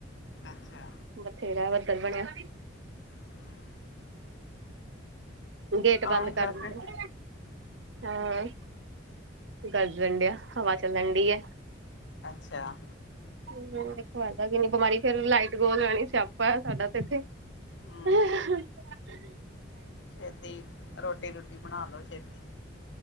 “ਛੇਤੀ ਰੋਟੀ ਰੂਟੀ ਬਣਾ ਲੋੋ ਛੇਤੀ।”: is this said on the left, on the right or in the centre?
Left